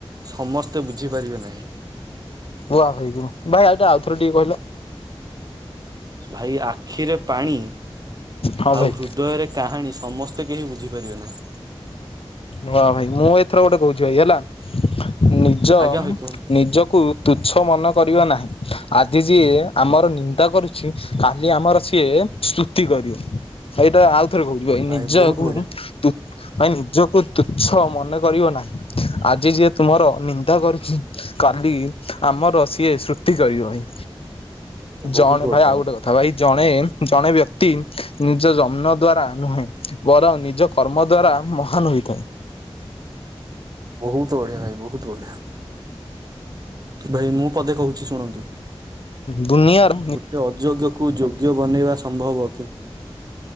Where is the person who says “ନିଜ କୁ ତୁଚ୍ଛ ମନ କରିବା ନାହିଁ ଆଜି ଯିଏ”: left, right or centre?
Left